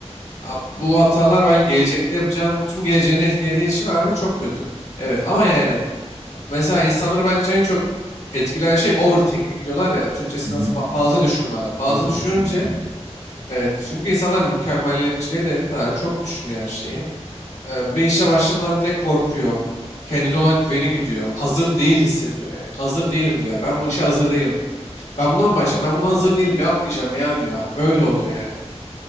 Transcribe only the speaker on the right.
hı.
Fazla
düşünmek lazım.